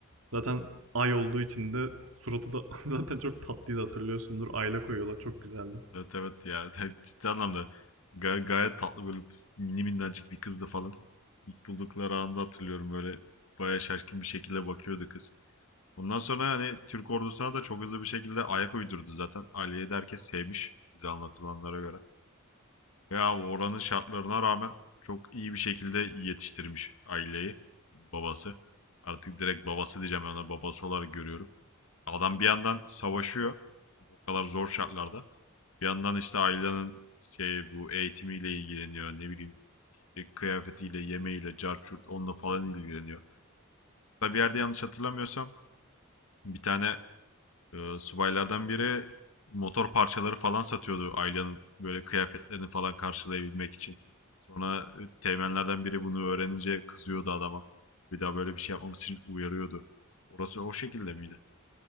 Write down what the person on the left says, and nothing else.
Evet evet ya <laughs> ciddi anlamda gay- gayet tatlı böyle mini minnacık bir kızdı falan. İlk buldukları anda hatırlıyorum böyle bayağı şaşkın bir şekilde bakıyordu kız. Ondan sonra hani Türk ordusuna da çok hızlı bir şekilde ayak uydurdu zaten. Aliye'yi de herkes sevmiş bize anlatılanlara göre. Ya oranın şartlarına rağmen çok iyi bir şekilde yetiştirmiş aileyi, babası. Artık direkt babası diyeceğim ben ona babası olarak görüyorum. Adam bir yandan savaşıyor o kadar zor şartlarda. Bir yandan işte ailenin şey bu eğitimiyle ilgileniyor ne bileyim işte kıyafetiyle, yemeğiyle, carçurt onunla falan ilgileniyor. Hatta Bir yerde yanlış hatırlamıyorsam bir tane ee, subaylardan biri motor parçaları falan satıyordu Ayla'nın böyle kıyafetlerini falan karşılayabilmek için. Sonra e, teğmenlerden biri bunu öğrenince kızıyordu adama. Bir daha böyle bir şey yapmamız için uyarıyordu. Orası o şekilde miydi?